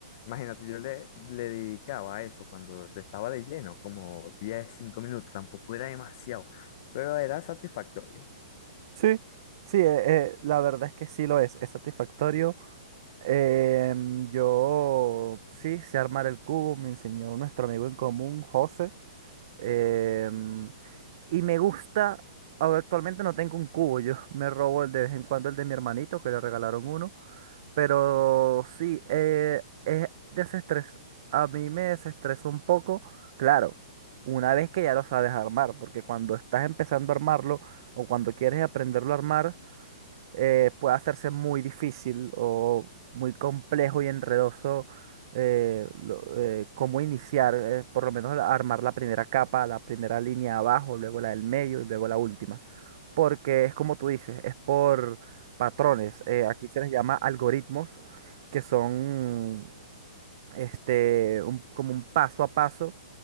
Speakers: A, on the left; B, on the right.
A: imagínate, yo le, le dedicaba a eso cuando estaba de lleno, como 10 5 minutos, tampoco era demasiado, pero era satisfactorio.
B: Sí, sí, eh, eh, la verdad es que sí lo es, es satisfactorio. Em, yo sí sé armar el cubo, me enseñó nuestro amigo en común, José. Em, Y me gusta, ahora actualmente no tengo un cubo, yo <laughs> me robo el de vez en cuando el de mi hermanito, que le regalaron uno, pero sí, eh, es desestrés, a mí me desestresó un poco, claro, una vez que ya lo sabes armar, porque cuando estás empezando a armarlo o cuando quieres aprenderlo a armar, eh, puede hacerse muy difícil o muy complejo y enredoso eh, lo- eh, cómo iniciar, eh, por lo menos la- armar la primera capa, la primera línea abajo, luego la del medio y luego la última. Porque es como tú dices, es por patrones. eh, aquí se les llama algoritmos, que son este, un- como un paso a paso